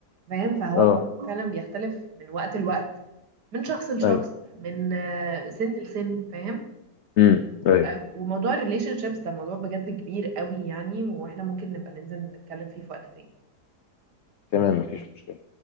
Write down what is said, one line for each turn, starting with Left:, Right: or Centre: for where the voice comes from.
Right: فاهم فهو
Left: اه
Right: الموضوع فعلا بيختلف من وقت لوقت من شخص لشخص
Left: ايوه
Right: من آه، سن لسن فاهم
Left: امم ايوه
Right: آه، وموضوع الريليشن شيبس ده موضوع بجد كبير قوي يعني واحنا ممكن نبقى ننزل نتكلم فيه في وقت تاني
Left: تمام مفيش مشكلة